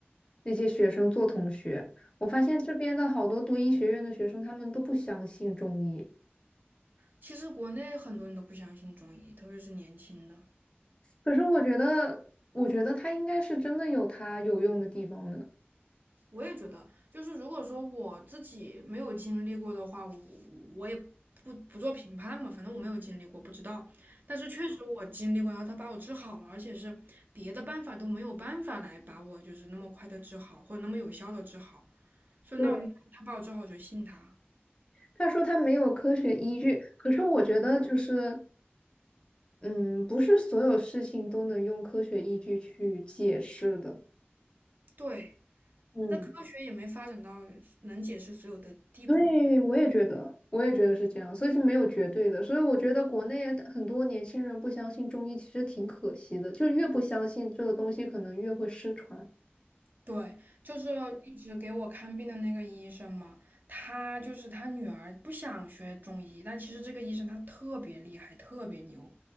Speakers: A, on the left; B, on the right.
A: 那些学生做同学。我发现这边的好多读医学院的学生，他们都不相信中医，
B: 其实国内很多人都不相信中医，特别是年轻的。
A: 可是我觉得，我觉得它应该是真的有它有用的地方的。
B: 我也觉得，就是如果说我自己没有经历过的话，我我也不不做评判嘛，反正我没有经历过，不知道。但是确实我经历过，然后他把我治好了，而且是别的办法都没有办法来把我就是那么快的治好，或者那么有效的治好。所以那我那他把我治好，
A: 对，
B: 我就信他。
A: 他说他没有科学依据，可是我觉得就是，嗯，不是所有事情都能用科学依据去解释的。
B: 对，
A: 嗯，
B: 那科学也没发展到能解释所有的地步嘛。
A: 对，我也觉得，我也觉得是这样，所以是没有绝对的。所以我觉得国内很多年轻人不相信中医，其实挺可惜的，就越不相信这个东西，可能越会失传，
B: 对，就是一直给我看病的那个医生嘛，他就是他女儿不想学中医，但其实这个医生他特别厉害，特别牛。